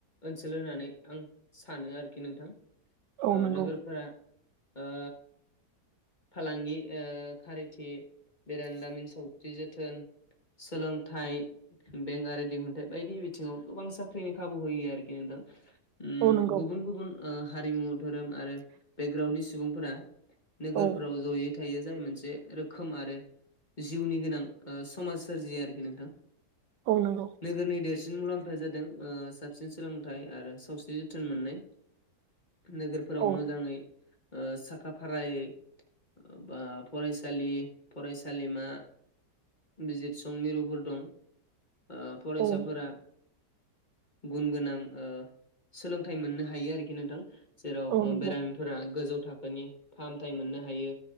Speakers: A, on the left; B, on the right.
A: ओनसोल होननानै आं सानो आरोखि नोंथां।
B: औ नंगौ
A: नोगोरफोरा ओ फालांगि ओ खारथि बेरानलाामिन सावस्रि जोथोन सोलोंथाइ बेंक आरि दिहुन्थाय बायदि बिथिङाव गोबां साख्रिनि खाबु होयो आरोखि नोंथां। उम
B: औ नंगौ
A: गुबुन गुबुन ओ हारिमु धोरोम आरो बेकग्राउणडनि सुबुंफोरा नोगोरफोराव
B: औ
A: जयै थायो जाय मोनसे रोखोम आरो जिउनि गोनां समाज सोरजिया आरोखि नोंथां।
B: औ नंगौ।
A: नोगोरनि देरसिन मुलाम्फाया जादों ओ साबसिन सोलोंथाइ आरो सावस्रि जोथोन मोन्नाय। नोगोरफोराव
B: औ
A: मोजांङै ओ साखा फारायै बा फरायसालि फरायसालिमा बिजिर सं मिरुफोर दं ओ फरायसाफोरा
B: औ
A: गुन गोनां ओ सोलोंथाइ मोननो हायो आरोखि नोंथां‌। जेराव
B: औ नंगौ
A: बेरामिफोरा गोजौ थाखोनि फाहामथाय मोननो हायो।